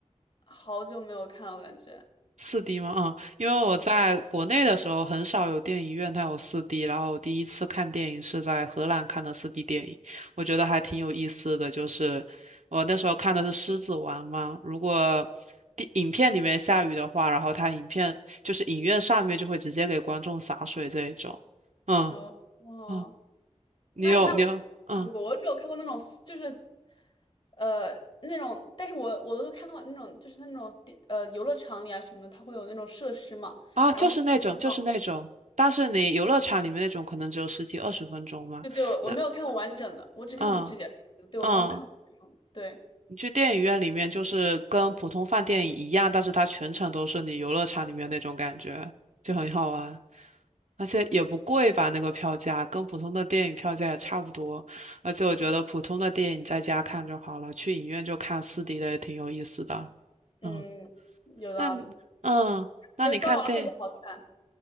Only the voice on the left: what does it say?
好久没有看了，我感觉。
嗯，
哦哦，
那那我看过，
我只有看过那种就是，呃，那种，但是我我都看过那种，就是它那种地呃游乐场里啊什么的，它会有那种设施嘛，
然后那种，
对对，我没有看过完整的，
我只看过指甲，
对，
我没有看过这种，对，
嗯
嗯，
有道理。
就《昭娃特别好看，